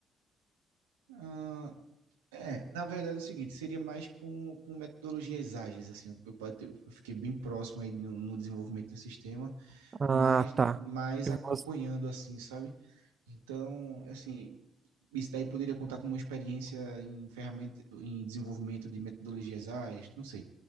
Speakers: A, on the right; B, on the right.
A: ah, é, na verdade é o seguinte, seria mais com, com metodologias ágeis, assim, eu, eu pode ter- eu fiquei bem próximo aí no, no desenvolvimento do sistema,
B: Ah,
A: mas
B: tá.
A: mais
B: E
A: acompanhando,
B: você,
A: assim, sabe? Então, assim, isso daí poderia contar como uma experiência em ferramenta, em desenvolvimento de metodologias ágeis, não sei.